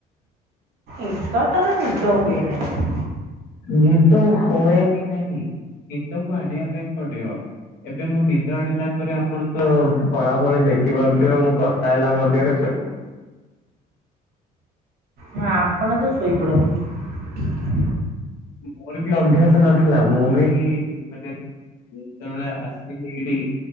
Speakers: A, on the right (about 75°); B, on the left (about 80°).
A: ଏଗାରଟାର ନିଦ ହୁଏ ନାଇଁ
B: ନିଦ ହୁଏନି ନହିଁ ନିଦକୁ ଆଣିବା ପାଇଁ ପଡିବ ଏବେ ମୁଁ ନିଦ ଆଣିଲା ପରେ ଆପଣ ତ ପଳା ଫଳି ଦେଖିପାରୁଥିବେ ମୁଁ କଥା ହେଲା ମଧ୍ୟରେ ଶୋଇ ପଡୁଛି।
A: ନା ଆପଣ ତ ଶୋଇପଡ଼ନ୍ତି।
B: ମୋର ବି ଅଭ୍ୟାସ ନଥିଲା ମୁଁ ବି ମାନେ ଯେତେବେଳେ ଆସିଲି ଏଇଠି